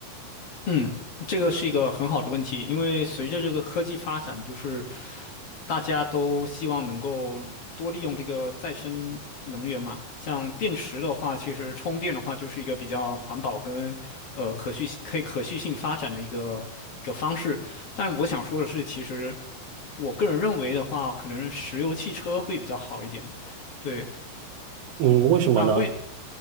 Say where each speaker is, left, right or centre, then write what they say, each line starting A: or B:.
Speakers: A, on the left; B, on the right.
A: 嗯，这个是一个很好的问题，因为随着这个科技发展，就是大家都希望能够多利用这个再生能源嘛。像电池的话，其实充电的话就是一个比较环保跟呃可续可以可续性发展的一个一个方式。但我想说的是，其实我个人认为的话，可能石油汽车会比较好一点。对，
B: 嗯，为什么呢？
A: 那为